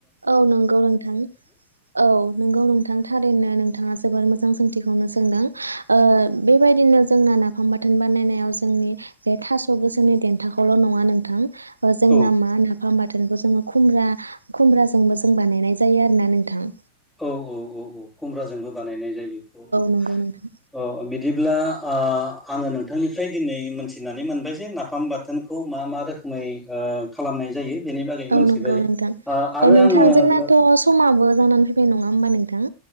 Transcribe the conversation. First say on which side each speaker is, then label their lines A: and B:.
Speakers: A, on the right; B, in the centre.
A: औ नंगौ नोंथां औ नंगौ नोंथां थारैनो नोंथाङा जोबोर मोजां सोंथिखौनो सोंदों ओ बेबायदिनो जोंना नाफाम बाथोन बानायनायाव जोंनि बे थास' गोसोमनि देन्थाखौल' नङा नोंथां ओ जोंना
B: औ
A: मा नाफाम बाथोनखौ जोङो खुमब्रा खुमब्राजोंबो जों बानायनाय जायो आरोना नोंथां
B: औ औ औ औ खुमब्राजोंबो बानायनाय जायो औ
A: नंगौ नोंथां
B: औ ओ बिदि ब्ला ओ आङो नोंथांनिफ्राय दिनै मोनथिनानै मोनबाय जे नाफाम बाथोनखौ मा मा रोखोमै ओ खालामनाय जायो बेनि बागै
A: औ
B: मोनथिबाय
A: नंगौ नोंथां
B: ओ आरो
A: औ नोंथां
B: आङो
A: जोंनाथ' समाबो जानानै फैबाय नङा होमबा नोंथां